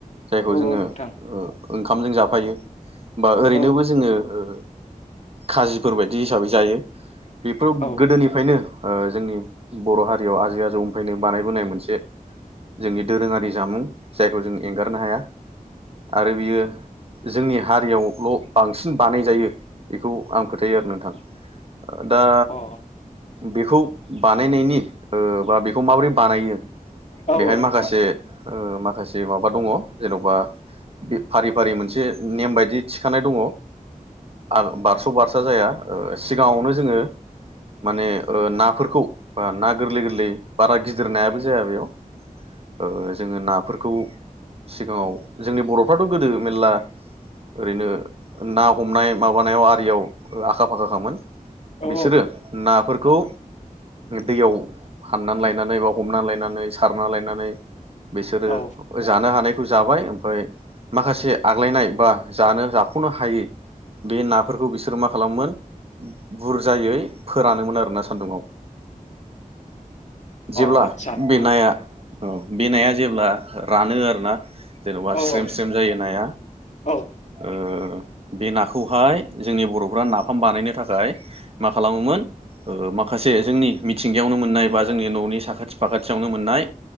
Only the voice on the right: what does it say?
जायखौ
जोङो
ओ ओंखामजों जाफायो। बा ओरैनोबो
जोङो ओ खाजिफोरबायायदि हिसाबै जायो। बेफोराव
गोदोनिफ्रायनो ओ जोंनि बर हारियाव आजै आजौ निमफ्रायायनो बानायबोनाय मोनसे जोंनि दोरोङारि जामुं जायखौ जों एंगारनो हाया आरो बियो जोंनि हारियावल बांसिन बानायजायो बेखौ आं फोथायो आरो नोंथां। दा
बेखौ बानायनायनि ओ बा बे खौ माबोरै बानायो
बेहाय
माखासे
ओ माखासे माबा दङ जेनबा फारि फारि मोनसे नेम बायदि थिखानाय दङ आ बारस बारसा जाया ओ सिगाङावनो जोङो माने ओ नाफोरखौ ओ ना गोरलै गोरलै बारा गिदिरनायाबो जाया बेयाव ओ जोङो नाफोरखौ सिगाङाव जोंनि बरफ्राथ गोदो मेरला ओरैनो ना हमनाय माबानायाव आरियाव ओ आखा फाखाखामोन।
बिसोरो नाफोरखौ दैयाव हाननानै लायनानै बा हमनानै लायनानै सारना लायनानै बिसोरो
जानो हानायखौ जाबाय ओमफ्राय माखासे आग्लायनाय बा जानो जाख'नो हायै बे नाफोरखौ बिसोरो मा खालामोमोन बुरजायै फोरानोमोन आरोना सान्दुंङाव जेब्ला
बे नाया औ बेनाया जेब्ला रानो आरो ना जेनबा
स्रेम
स्रेम जायो नाया
ओ बे नाखौहाय जोंनि बर' फोरा नाफाम बानायनो थाख मा खालामोमोन ओ माखासे जोंनि मिथिंगायावनो मोननाय बा जोंनि ननि साख खाथि फाखाथियावनो मोननाय